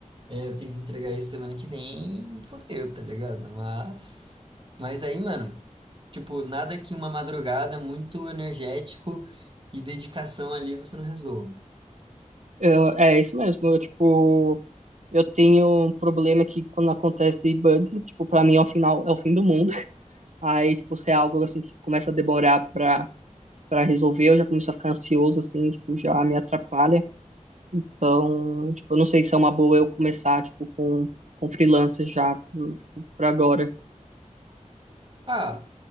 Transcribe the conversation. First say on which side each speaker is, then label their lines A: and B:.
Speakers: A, on the right; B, on the right.
A: é, eu tenho que entregar isso semana que vem, e fodeu, tá ligado? Mas, mas aí, mano, tipo, nada que uma madrugada muito energético e dedicação ali você não resolva.
B: Eu- é isso mesmo. Eu, tipo, eu tenho um problema que quando acontece bug, tipo, pra mim é o final, é o fim do mundo. Aí, tipo, se é algo assim que começa a demorar pra, pra resolver, eu já começo a ficar ansioso, assim, tipo, já me atrapalha. Então, tipo, eu não sei se é uma boa eu começar, tipo, com, com freelancer já, tipo, por agora.
A: Ah,